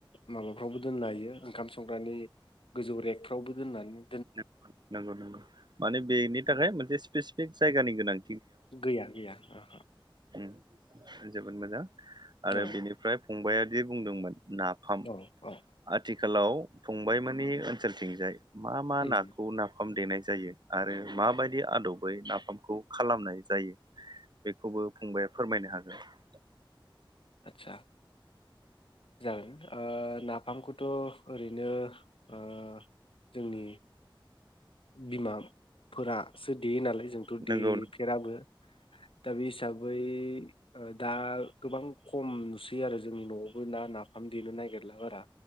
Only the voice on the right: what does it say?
नंगौ नंगौ नंगौ माने बेनि नि थाखाय मोनसे स्पेसिफिक जायगानि गोनां
उम जोबोद मोजां आरो
बिनिफ्राय फंबायादि बुंदोंमोन नाफाम
आथि आथिखालाव फंबाय मोननि ओनसोलथिंजाय मा मा
नाखौ नाफाम देनाय जायो आरो माबायदि आदबै नाफामखौ खालामनाय जायो बे खौबो फंबाया फोरमायनो हागोन
नंगौ